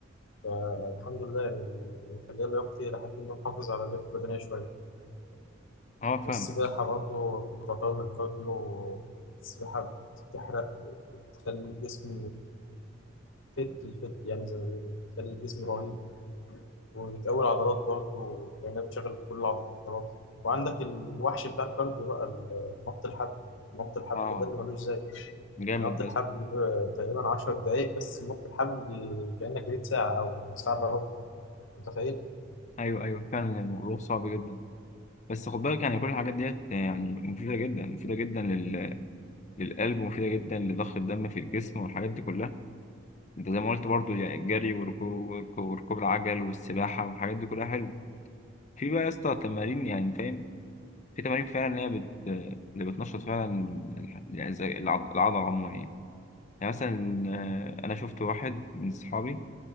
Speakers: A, on the left (about 80°); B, on the left (about 40°).
A: فالحمد لله يعني مخليها لياقتي لحد ما محافظ على لياقتي البدنية شوية.
B: اه فاهمك
A: والسباحة برضه تعتبر من الكارديو السباحة بتحرق بتخلي الجسم فت الفت يعني زي ما بيقولوا بتخلي الجسم رهيب وبتقوي العضلات برضه لأنها بتشغل كل العضلات وعندك الوحش بتاع الكارديو بقى ال- نط الحبل نط الحبل
B: اه
A: ده اللي ملوش زي
B: جامد
A: نط
B: بس
A: الحبل ب- تقريبا 10 دقايق بس نط الحبل كأنك جريت ساعة أو ساعة إلا ربع متخيل؟
B: ايوه ايوه فعلا الموضوع صعب جدا بس خد بالك يعني كل الحاجات ديت يعني مفيده جدا مفيده جدا لل... للقلب ومفيده جدا لضخ الدم في الجسم والحاجات دي كلها انت زي ما قلت برضو يعني الجري وركوب وركوب وركوب العجل والسباحه والحاجات دي كلها حلوه في بقى يا اسطى تمارين يعني فاهم في تمارين فعلا اللي هي بت... اللي بتنشط فعلا الح- يعني زي العض- العضله عموما يعني يعني مثلا آه، انا شفت واحد من اصحابي